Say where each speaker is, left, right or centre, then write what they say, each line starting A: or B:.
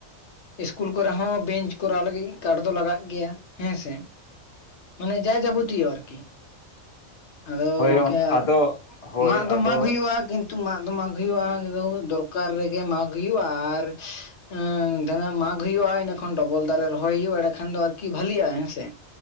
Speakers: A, on the left; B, on the left.
A: ᱤᱥᱠᱩᱞ ᱠᱚᱨᱮ ᱦᱚᱸ ᱵᱮᱸᱧᱪ ᱠᱚᱨᱟᱣ ᱞᱟᱹᱜᱤᱫ ᱠᱟᱴ ᱫᱚ ᱞᱟᱜᱟᱜ ᱜᱮᱭᱟ ᱦᱮᱸ ᱥᱮ ᱢᱟᱱᱮ ᱡᱟ ᱡᱟᱵᱚ ᱛᱤᱭᱳ ᱟᱨᱠᱤ ᱟᱫᱚ
B: ᱦᱳᱭ
A: ᱜᱚᱝᱠᱮ ᱟᱫᱚ
B: ᱦᱳᱭ
A: ᱢᱟᱜ
B: ᱟᱫᱚ
A: ᱫᱚ ᱢᱟᱜ ᱦᱩᱭᱩᱜᱼᱟ ᱠᱤᱱ ᱛᱤ ᱢᱟᱜ ᱫᱚ ᱢᱟᱜᱽ ᱦᱩᱭᱩᱜᱼᱟ ᱫᱚᱨᱠᱟᱨ ᱨᱮᱜᱮ ᱢᱟᱜᱽ ᱦᱩᱭᱩᱜᱼᱟ ᱟᱨ ᱮᱸ ᱛᱤᱱᱟ. ᱜ ᱢᱟᱜᱽ ᱦᱩᱭᱩᱜᱼᱟ ᱤᱱᱟ. ᱠᱷᱚᱱ ᱰᱚᱵᱚᱞ ᱫᱟᱨᱮ ᱨᱚᱦᱚᱭ ᱦᱩᱭᱩᱜᱼᱟ ᱮᱲᱮ ᱠᱷᱟᱱ ᱫᱚ ᱟᱨᱠᱤ ᱵᱷᱟᱞᱤᱜᱼᱟ ᱦᱮᱸᱥᱮ